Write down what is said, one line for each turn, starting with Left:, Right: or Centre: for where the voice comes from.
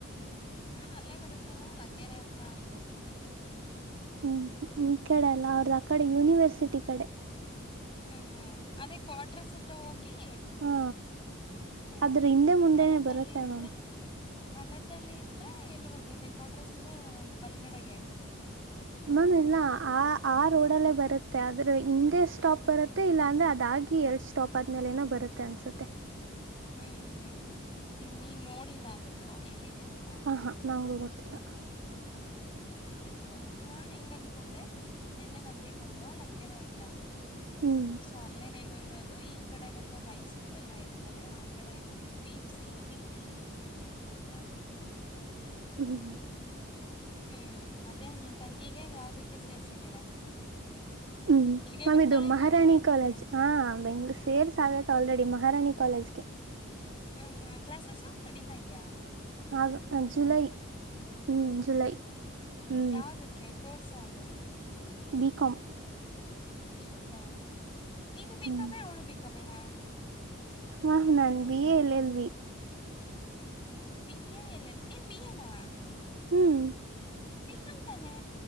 Left: ನಾನು ಅಲ್ಲೇ ಬರುತ್ತೇನೋ ಲಗ್ಗೆರೆ ಹತ್ರಿ ಅಂದ್ಕೊಂಡಿದ್ದೆ
Right: ಹ್ಮ್ ಈ ಕಡೆ ಅಲ್ಲ
Left: ಹ್ಮ್
Right: ಅವ್ರದ ಆ ಕಡೆ ಯೂನಿವರ್ಸಿಟಿ ಕಡೆ
Left: ಹಾ ಹಾ ಅದೇ ಕ್ವಟ್ರಸ್ ಹತ್ರ ಹೋಗಿ
Right: ಹಾ
Left: ಹ್ಮ್
Right: ಆದ್ರ ಹಿಂದೆ ಮುಂದೆ
Left: ಮಲೆತಳ್ಳಿ
Right: ಬರುತ್ತೆ
Left: ಅಂದ್ರೆ
Right: ಮ್ಯಾಮ್
Left: ಮಲೆತಳ್ಳಿ ಅಂದ್ರೆ ಎಲ್ಲಿ ಬರ್ತೈತೆ ಕೊಟ್ರಸಿಂಗ ಬಲ್ಗಡೆಗೆ
Right: ಮಾಮ್ ಇಲ್ಲ ಆ ಆ ರೋಡ ಅಲ್ಲೇ ಬರುತ್ತೆ ಆದ್ರೆ ಹಿಂದೆ ಸ್ಟಾಪ್ ಬರುತ್ತೆ ಇಲ್ಲ ಅಂದ್ರೆ ಅದಾಗಿ ಎರಡ್ ಸ್ಟಾಪ್ ಆದ್ಮೇಲೆ ನ ಬರುತ್ತೆ ಅನ್ಸುತ್ತೆ
Left: ಹ್ಮ್ ಹ್ಮ್ ಹ್ಮ್ ನೀ ನೋ ನೋಡಿಲ್ಲ ಅದ್ರದ್ದು ಎಲ್ಲಿದೆ ಅಂತ
Right: ಹಾಂ ಹಾಂ ನಮಗೂ ಗೊತ್ತಿಲ್ಲ
Left: ಹ್ಮ್ ಹ್ಮ್ ಹೌದಾ ನಾ ಹೆಂಗ ಅನ್ಕೊಂಡೆ ನಿನ್ನೆ ಬಂದಿದ್ನಲ್ವಾ ಲಗ್ಗೆರೆ ಹತ್ರ
Right: ಹ್ಮ್
Left: ಸೊ ಅಲ್ಲೇ ನನು ಇರೋದು ಈ ಕಡೆ ಬಂದು ಹೈಸ್ಕೂಲ್ ಎಲ್ಲ ಇರ್ತವೆ ಆ ಕಡೆ ಏನಾದ್ರು ಪಿ ಯು ಸಿ ಡಿಗ್ರಿ ಏನಾದ್ರು ಇರ್ಬಹುದು ಅಂತ ಕಾಣ್ಕೊಂಡೆ
Right: ಹ್ಮ್
Left: ಹ್ಮ್ ಮತ್ತೆ ನಿನ್ ತಂಗಿಗೆ ಯಾವದಕ್ಕೆ ಸೇರ್ಸಿದೀರಾ
Right: ಹ್ಮ್
Left: ಇಲ್ಲಿಗೆ
Right: ನಾಮ
Left: ಬರ್ತಾಳೇನ್
Right: ಇದು ಮಹಾರಾಣಿ
Left: ಹೋಗ್ಲಿ ಬೆಂಗ್ಳೂರ್ಗೆ
Right: ಕಾಲೇಜ್ ಹ ಬೆಂಗ್ಳೂರು ಸೇರ್ಸ್ ಆಗುತ್ತ ಆಲ್ರೆಡಿ ಮಹಾರಾಣಿ ಕಾಲೇಜ್ಗೆ
Left: ಹಾ ಹಾ ಕ್ಲಾಸಸ್ಸು ನಡೀತಾ ಇದಯಾ
Right: ಹಾಗ ಜುಲೈ ಹ್ಞ ಜುಲೈ ಹ್ಞ
Left: ಯಾವುದಕ್ಕೆ ಕೋರ್ಸ್ ಯೌದು
Right: ಬಿ ಕಮ
Left: ಬಿಕಾಂ ಮ ನೀನು ಬಿಕಾಂ
Right: ಹ್ಮ್
Left: ಅವ್ಳು ಬಿಕಾಂ ನಾ
Right: ಹಾ ನಾನ್ B A L L B
Left: B A L ನೀನ್ ಬಿ ಎ ನಾ
Right: ಹ್ಮ್
Left: ಬಿಕಾಮ್ ತಾನೆ